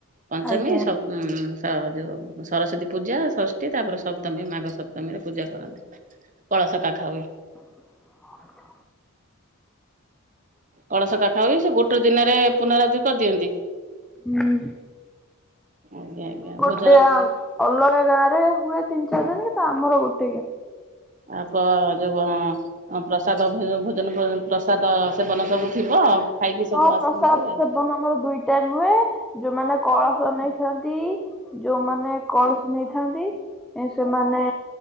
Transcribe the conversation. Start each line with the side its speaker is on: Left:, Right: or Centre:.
Right: ପଞ୍ଚମୀ
Centre: ଆଜ୍ଞା
Right: ଯେଉଁ ସରସ୍ଵତୀ ପୂଜା ଷଷ୍ଠୀ ତାପରେ ସପ୍ତମୀ ମାଘ ସପ୍ତମୀ ରେ ପୂଜା କରନ୍ତି କଳସ କାଖା ହୁଏ।
Centre: <inaudible>
Right: କଳସ କା ଖା ହୁଏ ସେ ଗୋଟେ ଦିନରେ ପୁନରାବୃତ୍ତି କରିଦିଅନ୍ତି
Centre: ହୁଁ।
Right: ଆଜ୍ଞା ଆଜ୍ଞା
Centre: ଗୋଟେ
Right: ଭୋଜନ
Centre: ଅଲଗା ଗାଁ ରେ ହୁଏ ତିନି ଣ ତ ଆମର ଗୋଟେ।
Right: ଆପ ଯୋଉ କ ପ୍ରସାଦ ଭୋଜନ ପ୍ରସାଦ ସେବନ ସବୁ ଥିବ ଆଉ। ଖାଇକି ସବୁ
Centre: ହଁ
Right: ଆସନ୍ତି
Centre: ପ୍ରସାଦ
Right: ଆଉ
Centre: ସେବନ ଆମର ଦୁଇଟା ହୁଏ ଯୋଉମାନେ କଳସ କସ ନେଇଥାନ୍ତି ଯୋଉମାନେ କଳସ ନେଇଥାନ୍ତି ସେମାନେ